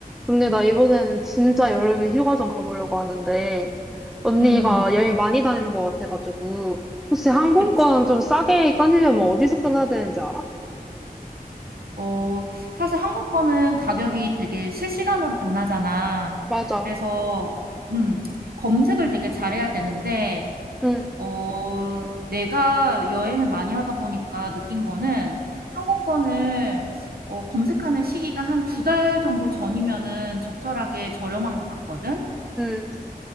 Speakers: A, in the centre; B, on the right (about 80°).
A: 근데 나 이번에는 진짜 여름에 휴가 좀 가보려고 하는데, 언니가
B: 음,
A: 여행 많이 다니는 것 같아가지고, 혹시 항공권
B: 그치.
A: 좀 싸게 끊으려면 어디서 끊어야 되는지 알아?
B: 어, 사실 항공권은 가격이 되게 실시간으로 변하잖아.
A: 맞아.
B: 그래서, 음, 검색을 되게 잘해야 되는데,
A: 응,
B: 어, 내가 여행을 많이 하다 보니까 느낀 거는 항공권을 어, 검색하는 시기가 한 두 달 정도 전이면은 적절하게 저렴한 것 같거든?
A: 응.